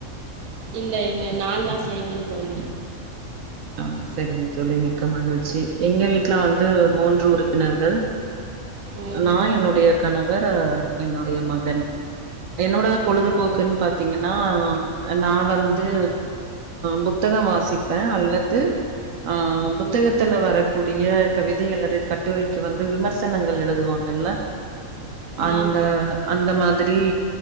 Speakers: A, on the right; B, on the right.
A: இல்ல இல்ல நான் தா செய்வேன் தோழி.
B: ஆஹ் செரிங்க தோழி. மி்க்க மகிழ்ச்சி எங்க வீட் ட்ல வந்து மூன்று உறுப்பினர்கள்.
A: ம்
B: நா என்னுடைய கணவ ர் என்னுடைய மகன் என்னோட பொழுதுபோக்குன்
A: ஓ
B: பாத்தீங்கன்னா நான் வந்து
A: ம்
B: பு த்தகம் வாசிப்ப அல்ல து ஆஹ் புத்தகத்துல
A: ம்
B: வரக்கூடிய கவிதை அல்லது கட்டுரைக்கு வந்து விமர்சனங்கள் எழுதுவாங்கல்ல அந்த
A: ஆ
B: அந்த மா திரி